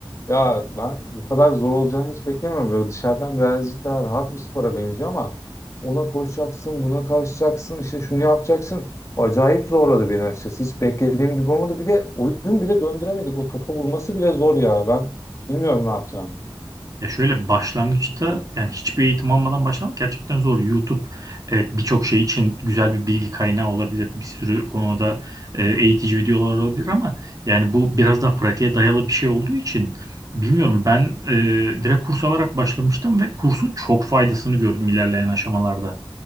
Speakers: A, on the left; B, on the right.
A: ya ben bu kadar zor olacağını hiç beklemiyorum. Böyle dışarıdan birazcık daha rahat bir spora benziyor ama ona koşacaksın, buna kalkacaksın, işte şunu yapacaksın. Acayip zorladı beni açıkçası. Hiç beklediğim gibi olmadı. Bir de oyun bile döndüremedik. O topa vurması bile zor ya. Ben bilmiyorum ne yapacağımı.
B: Ya şöyle başlangıçta yani hiçbir eğitim almadan başlamak gerçekten zor. YouTube evet birçok şey için güzel bir bilgi kaynağı olabilir. Bir sürü konuda e, eğitici videolar olabilir ama yani bu biraz daha pratiğe dayalı bir şey olduğu için bilmiyorum ben e, direkt kurs alarak başlamıştım ve kursun çok faydasını gördüm ilerleyen aşamalarda.